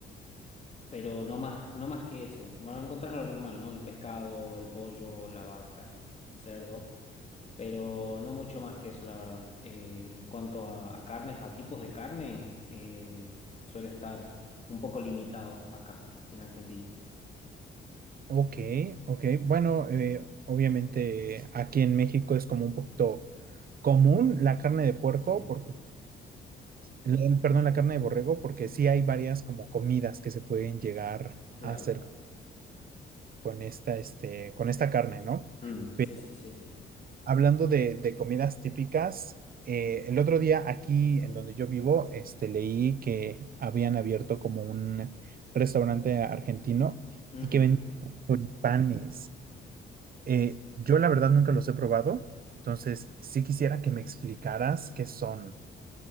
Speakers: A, on the left; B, on the right.
A: pero no más, no más que eso. Van a encontrar lo normal, ¿no? El pescado, el pollo, la vaca, cerdo. pero no mucho más que eso, la verdad. Eh, en cuanto a, a carnes, a tipos de carne, eh, suele estar un poco limitado acá, en Argentina.
B: ok. ok. Bueno, eh, obviamente aquí en México es como un poquito común la carne de puerco,
A: Sí,
B: porque, eh, perdón, la carne de borrego, porque sí hay varias como comidas que se pueden llegar
A: claro.
B: a hacer con esta, este, con esta carne, ¿no?
A: Mm,
B: Pero
A: sí, sí, sí.
B: Hablando de, de comidas típicas, eh, el otro día aquí en donde yo vivo, este, leí que habían abierto como un restaurante argentino
A: Ujú.
B: y que vendían choripanes. Eh, yo la verdad nunca los he probado, entonces sí quisiera que me explicaras qué son.